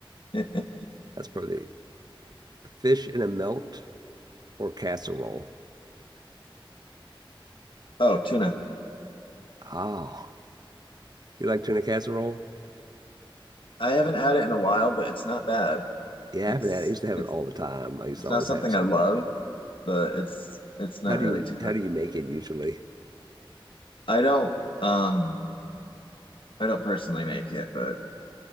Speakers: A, on the left; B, on the right.
A: <laughs>
B: That's probably Fish in a melt or casserole?
A: Oh, tuna.
B: Oh, do you like tuna casserole?
A: I haven't had it in a while, but it's not bad.
B: Yeah,
A: It's
B: I haven't had it. I used to have
A: it's
B: it all the time. I used
A: it's
B: to
A: not
B: always
A: something
B: have some.
A: I love, but it's it's not
B: How do
A: really
B: you
A: too
B: how
A: bad.
B: do you make it usually?
A: I don't um I don't personally make it, but